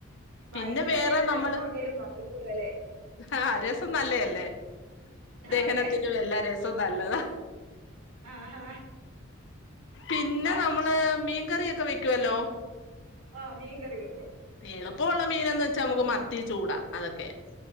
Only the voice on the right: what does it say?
വയറ്റിൽ
എന്തേലും പ്രശ്നം
ഉണ്ടെലും മാറിക്കോളും അല്ലേ?
അതെ
ആഹ്
ആഹ്
ആഹ് മീൻ കറി വെക്കും